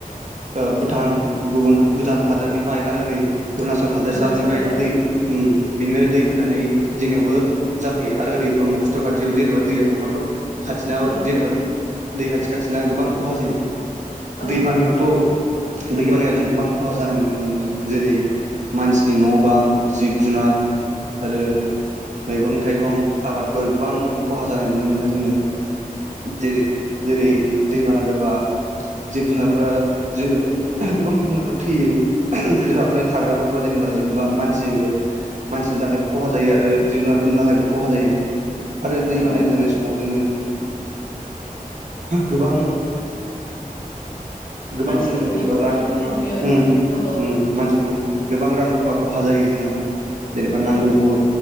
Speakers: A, on the right (about 55°); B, on the left (about 70°).
A: ओ भुटान गुबन भुटान। हादोरनिफ्राय आरो ओरै अरुणाचल हादोरसानिफ्राय
B: अरुणाचल औ
A: दै उम बिनिफ्राय दै फैनानै। जोंनियावबो जाफैयो आरो ओरै ब्रह्मफुत्र खाथियावबो देनोबा दैया बांबाथ'। खाथिनाव
B: औ
A: जेनेबा दै खाथि-खाथिना गोबां खहा जायो।
B: औ
A: दै बानायावथ'-दै बानाया जों गोबां ख। खहा जानाय नुनो मोनो जेरै-मानसिनि न'-बां, जिब-जुनार। आरो मैगं-थाइगं आबादफोर गोबां खहा जानाय नुनो मोनो जोङो। जेरै-जेरै दैबाना जाबा। जिब-जुनारफोरा जो गोबां जिब-जुनारफोरा थैयो। जिब-जुनारफोरनि थाग्रा न'फोरा जेनेबा लोमबा मानसिबो-मानसिनि थाखायबो खहा जायो आरो जिब-जुनारफोर। खायबो खहा जायो। आरो दै
B: औ
A: बाना
B: औ
A: जानाय समाव जोङो गोबां। गोबां
B: मानसिफोरखौबो
A: जेनेबा
B: गब'नानै
A: रां-रुफा
B: थैनाय नुयो
A: उम-उम
B: औ
A: मानसिनिखौ। गोबां रां-रुफा खहा जायो जोंहा जेनेबा
B: औ
A: नांगौ बो।